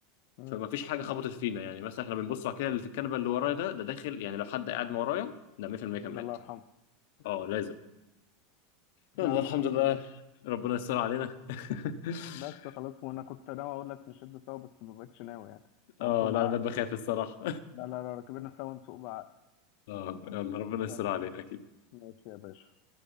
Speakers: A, on the left (about 55°); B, on the left (about 70°).
A: م.
B: فما فيش حاجه خبطت فينا يعني مثلا احنا بنبص على كده اللي في الكنبه اللي ورايا ده ده داخل يعني لو حد قاعد ما ورايا ده 100% كان
A: الله
B: مات
A: يرحمه
B: اه لازم يلا
A: نعم
B: الحمد
A: الحمد
B: لله
A: لله
B: ربنا يستر علينا <laughs>
A: بس خلاص وانا كنت ناوي اقول لك نشد سوا بس ما بقتش ناوي يعني
B: اه
A: هنسوق
B: لا
A: بعقل
B: انا بقيت بخاف الصراحه
A: لا لا لا ركبنا سوا نسوق بعقل
B: <laughs> اه يلا ربنا يستر
A: خلاص
B: علينا اكيد
A: ماشي يا باشا